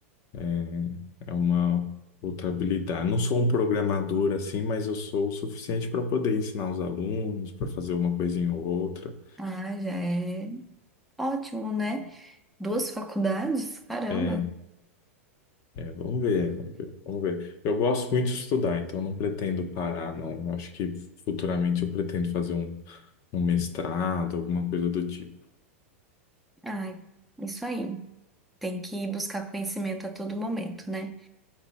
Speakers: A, on the left; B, in the centre.
A: é é uma outra habilidade. Não sou um programador assim, mas eu sou o suficiente para poder ensinar os alunos, para fazer uma coisinha ou outra.
B: Ah, já é ótimo, né? Duas faculdades? Caramba.
A: É, Vamos ver, vamos ver, vamos ver. Eu gosto muito de estudar, então eu não pretendo parar, não. Eu acho que futuramente eu pretendo fazer um, um mestrado, alguma coisa do tipo.
B: Ai, isso aí. Tem que buscar conhecimento a todo momento, né?